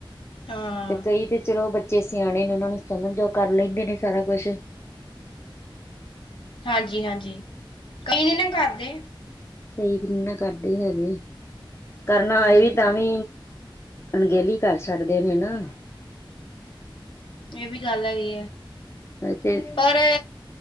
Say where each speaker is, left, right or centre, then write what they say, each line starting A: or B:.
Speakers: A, on the left; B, on the left.
A: ਹਾਂ
B: ਤੇ ਕਈ ਤੇ ਚਲੋ ਬ ਬੱਚੇ ਸਿਆਣੇ ਨੇ, ਉਹਨਾਂ ਨੂੰ ਸਮਝ ਉਹ ਕਰ ਲੈਂਦੇ ਨੇ, ਸਾਰਾ ਕੁਛ।
A: ਹਾਂਜੀ -ਹਾਂਜੀ, ਕਈ ਨੀ ਨਾ ਕਰਦੇ।
B: ਸਹੀ ਵੀ ਨਾ ਕਰਦੇ ਹੈਗੇ, ਕਰਨਾ
A: ਹਾਂਜੀ
B: ਆਏ ਵੀ ਤਾਂ ਵੀ ਅਣਗੇਲੀ ਕਰ ਛੱਡਦੇ ਨੇ ਨਾ।
A: ਏ ਵੀ ਗੱਲ ਹੈਗੀ ਐਂ,
B: ਤੇ
A: ਪਰ